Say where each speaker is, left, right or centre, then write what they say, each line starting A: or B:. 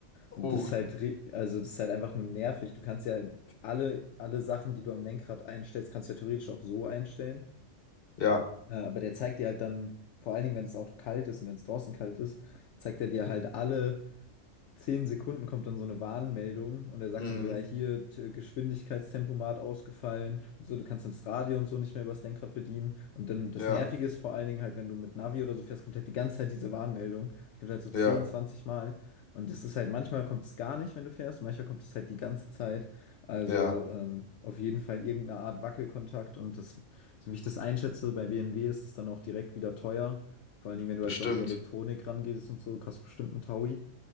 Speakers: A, on the left; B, on the left.
A: Und
B: uh,
A: Das ist halt, ri- also das ist halt einfach nur nervig. Du kannst ja alle, alle Sachen, die du am Lenkrad einstellst, kannst du ja theoretisch auch so einstellen.
B: ja,
A: Äh, aber der zeigt dir halt dann, vor allen Dingen, wenn das Auto kalt ist und wenn es draußen kalt ist, zeigt er dir halt alle zehn Sekunden kommt dann so eine Warnmeldung und er sagt
B: mhm,
A: dann so, ja, hier t- Geschwindigkeitstempomat ausgefallen und so, du kannst dann das Radio und so nicht mehr übers Lenkrad bedienen. Und dann das
B: ja,
A: Nervige ist vor allen Dingen halt, wenn du mit Navi oder so fährst, kommt halt die ganze Zeit diese Warnmeldung. Die kommt halt so zehn
B: ja,
A: zwanzig Mal. Und das ist halt, manchmal kommt es gar nicht, wenn du fährst, manchmal kommt es halt die ganze Zeit. Also
B: ja,
A: ähm, auf jeden Fall irgendeine Art Wackelkontakt. Und das, so wie ich das einschätze, bei BMW ist es dann auch direkt wieder teuer. Vor allen Dingen, wenn du
B: bestimmt.
A: halt so an die Elektronik rangehst und so, kostet bestimmt ein Taui.